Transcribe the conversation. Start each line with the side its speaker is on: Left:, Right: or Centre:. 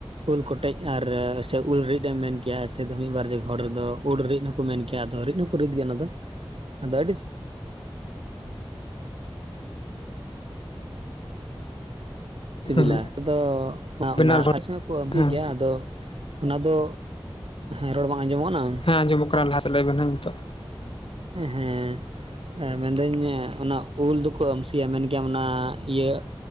Right: ᱩᱞ ᱠᱚᱴᱮᱡ ᱟᱨ ᱥᱮ ᱩᱞ ᱨᱤᱫ ᱮᱢ ᱢᱮᱱ ᱠᱮᱭᱟ ᱥᱮ ᱢᱤᱫ ᱵᱟᱨ ᱡᱟᱭᱜᱟ ᱦᱚᱲ ᱨᱮᱫᱚ ᱩᱞ ᱨᱤᱫ ᱦᱚᱸᱠᱚ ᱢᱮᱱ ᱠᱮᱭᱟ ᱟᱫᱚ ᱨᱤᱫ ᱦᱚᱸᱠᱚ ᱨᱤᱫ ᱜᱮᱭᱟ ᱚᱱᱟᱫᱚ ᱟᱫᱚ ᱟᱹᱰᱤ ᱥᱤᱵᱤᱞᱟ
Left: ᱦᱩᱸ
Right: ᱟᱫᱚ ᱚᱱᱟ
Left: ᱵᱮᱱᱟᱣ
Right: ᱠᱚ ᱟᱜᱩᱭ
Left: ᱦᱮᱸ
Right: ᱜᱮᱭᱟ ᱟᱫᱚ ᱚᱱᱟ ᱫᱚ ᱦᱮᱸ ᱨᱚᱲ ᱵᱟᱝ ᱟᱸᱡᱚᱢᱚᱜ ᱠᱟᱱᱟ
Left: ᱦᱮᱸ ᱟᱸᱡᱚᱢᱚᱜ ᱠᱟᱱᱟ ᱞᱟᱦᱟ ᱥᱮᱫ ᱞᱟᱹᱭ ᱵᱮᱱ ᱱᱤᱛᱚᱜ
Right: ᱦᱮᱸ ᱢᱮᱱᱫᱟᱹᱧ ᱚᱱᱟ ᱩᱞ ᱫᱚᱠᱚ ᱟᱢᱥᱤᱭᱟ ᱢᱮᱱ ᱜᱮᱟᱢ ᱚᱱᱟ ᱤᱭᱟᱹ